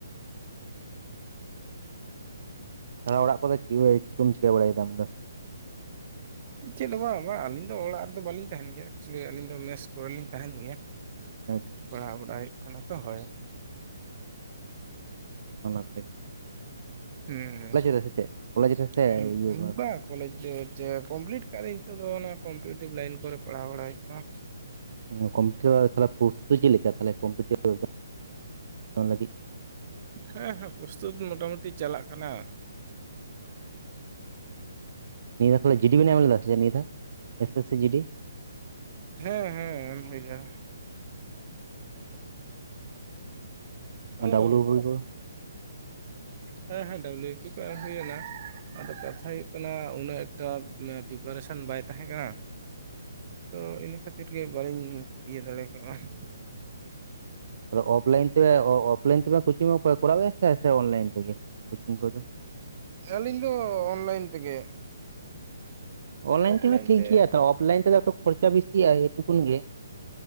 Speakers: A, on the right (about 60°); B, on the right (about 40°).
A: ᱛᱟᱦᱚᱞᱮ ᱚᱲᱟᱜ ᱠᱚᱫᱚ ᱪᱤᱣᱟᱹᱜ ᱪᱤᱜ ᱠᱚᱢ ᱪᱤᱠᱟ ᱵᱟᱲᱟᱭ ᱫᱟ ᱟᱢ ᱫᱚ?
B: ᱪᱮᱫ ᱦᱚᱸ ᱵᱟᱝ ᱵᱟᱝ ᱟᱞᱤᱧ ᱫᱚ ᱚᱲᱟᱜ ᱨᱮᱫᱚ ᱵᱟᱞᱤᱧ ᱛᱟᱦᱮᱱ ᱜᱮᱭᱟ ᱮᱠᱪᱩᱞᱤ ᱟᱹᱞᱤᱧ ᱫᱚ ᱢᱮᱥ ᱠᱚᱨᱮ ᱞᱤᱧ ᱛᱟᱦᱮᱱ ᱜᱮᱭᱟ᱾
A: ᱟᱪᱪᱷᱟ
B: ᱯᱟᱲᱦᱟᱣ ᱵᱟᱲᱟᱭ ᱦᱩᱭᱩᱜ ᱠᱟᱱᱟ ᱛᱚ ᱦᱚᱭ᱾
A: ᱚᱱᱟᱛᱼᱼ
B: ᱦᱮᱸ᱾
A: ᱨᱮ ᱥᱮ ᱪᱮᱫ ᱠᱚᱞᱮᱡᱽ ᱨᱮ ᱥᱮ
B: ᱩᱸ ᱦᱩᱸ
A: ᱤᱭᱟᱹ
B: ᱩᱸᱻᱩᱸ ᱵᱟ ᱠᱚᱞᱮᱪ ᱪᱚ ᱪᱮ ᱠᱚᱢᱯᱤᱞᱤᱴᱼᱼ ᱠᱟᱜ ᱟᱹᱧ ᱱᱤᱛᱚᱜ ᱫᱚ ᱚᱱᱟ ᱠᱚᱢᱯᱤᱴᱤᱵᱷ ᱞᱟᱭᱤᱱ ᱠᱚᱨᱮ ᱯᱟᱲᱦᱟᱣ ᱵᱟᱲᱟᱭ ᱦᱩᱭᱩᱜ ᱠᱟᱱᱟ᱾
A: ᱩᱸᱻ ᱠᱚᱢᱯᱤᱭᱩᱴᱟᱨ ᱟᱨ ᱛᱟᱞᱦᱮ ᱠᱳᱨᱥ‌ ᱫᱚ ᱪᱮᱜ ᱞᱮᱠᱟ ‌ᱛᱟᱞᱦᱮ ᱠᱚᱢᱯᱤᱭᱩᱴᱟᱨ ᱮᱠᱡᱟᱢ ᱟᱢ ᱞᱟᱹᱜᱤᱫᱼᱼ
B: ᱦᱮᱸ ᱦᱮᱸ ᱯᱨᱚᱥᱛᱩᱛ ᱢᱚᱴᱟᱼᱢᱩᱴᱤ ᱪᱟᱞᱟᱜ ᱠᱟᱱᱟ᱾
A: ᱱᱤᱭᱟᱹ ᱫᱷᱟᱣ ᱛᱟᱞᱦᱮ ᱡᱤᱰᱤ ᱵᱮᱱ ᱮᱢ ᱞᱮᱫᱟ ᱥᱮ ᱪᱮᱜ ᱱᱤᱭᱟᱹ ᱫᱷᱟᱣ ᱮᱥᱮᱥ ᱥᱤ ᱡᱤᱰᱤ?
B: ᱦᱮᱸ ᱦᱮᱸ ᱮᱢ ᱦᱩᱭ ᱞᱮᱱᱟ᱾ ᱟᱸᱜᱼᱼ ᱚᱣᱚᱵᱼᱼ
A: ᱰᱟᱵᱞᱩ ᱵᱤ ᱠᱚ?
B: ᱦᱮᱸ ᱦᱮᱸ ᱰᱟᱹᱵᱽᱞᱭᱩ ᱯᱤ ᱠᱩ ᱮᱢ ᱦᱩᱭ ᱱᱟ ᱟᱫᱚ ᱠᱟᱛᱷᱟ ᱦᱩᱭᱩᱜ ᱠᱟᱱᱟ ᱩᱱᱟᱹᱜ ᱮᱠᱴᱟ‌ ᱢᱮ‌ ᱯᱤᱯᱟᱨᱮᱥᱚᱱ ᱵᱟᱭ ᱛᱟᱦᱮᱸ ᱠᱟᱱᱟ᱾ ᱛᱚ ᱤᱱᱟᱹ ᱠᱷᱟᱹᱛᱤᱨ ᱜᱮ ᱵᱟᱞᱤᱧ ᱤᱭᱟᱹ ᱫᱟᱲᱮ ᱠᱟᱜ-ᱟ ᱾
A: ᱟᱫᱚ ᱚᱯᱞᱟᱭᱤᱱ ᱛᱮ ᱚᱻ ᱚᱯ ᱞᱟᱭᱤᱱ ᱛᱮᱯᱮ ᱠᱩᱪᱤᱝᱚᱜ ᱯᱮ ᱠᱚᱨᱟᱣ ᱜᱮᱭᱟ ᱥᱮ ᱥᱮ ᱚᱱᱞᱟᱭᱤᱱ ᱛᱮᱜᱮ ᱠᱚᱪᱤᱝ ᱠᱚᱫᱚ?
B: ᱟᱹᱞᱤᱧ ᱫᱚ ᱚᱱᱞᱟᱭᱤᱱ ᱛᱮᱜᱮ᱾
A: ᱚᱱᱞᱟᱭᱤᱱ
B: ᱚᱯᱷᱞᱟᱭᱤᱱ
A: ᱛᱮᱦᱚᱸ ᱴᱷᱤᱠ
B: ᱛᱮ
A: ᱜᱮᱭᱟ ᱛᱚ ᱚᱯᱷᱞᱟᱭᱤᱱ ᱛᱮᱫᱚ ᱮᱠᱴᱩ ᱠᱷᱚᱨᱪᱟ ᱵᱤᱥᱤᱜ-ᱟ ᱮᱭ ᱴᱩᱠᱩᱱ ᱜᱮ᱾